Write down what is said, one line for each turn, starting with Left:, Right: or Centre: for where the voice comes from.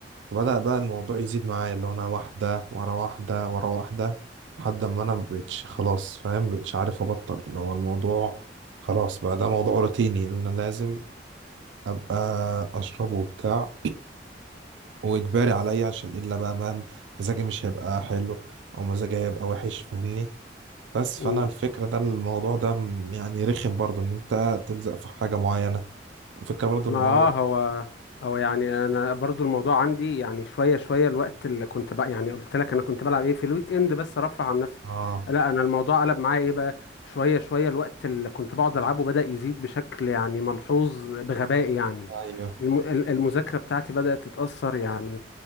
Right: فبدا بقى الموضوع يزيد معايا اللي هو انا واحده ورا واحده ورا واحده لحد ما انا مبقتش خلاص فاهم مبقتش عارف ابطل اللي هو الموضوع خلاص بقى ده موضوع روتيني ان انا لازم ابقى اشربه وبتاع واجباري عليا عشان الا بقى ما مزاجي مش هيبقى حلو او مزاجي هيبقى وحش فاهمني بس
Left: اه
Right: فانا الفكره ده الموضوع ده م- يعني رخم برضو ان انت تلزق في حاجه معينه وفكره برضو
Left: ما
Right: ان هو
Left: اه هو هو يعني انا برضو الموضوع عندي يعني شويه شويه الوقت اللي كنت بقى يعني قلت لك انا كنت بلعب ايه في الويك اند بس ارفه عن نفسي
Right: اه
Left: لا انا الموضوع قلب معايا ايه بقى شويه شويه الوقت اللي كنت بقعد العبه بدأ يزيد بشكل يعني ملحوظ بغباء يعني
Right: ايوه
Left: الم- ال- المذاكره بتاعتي بدأت تتأثر يعني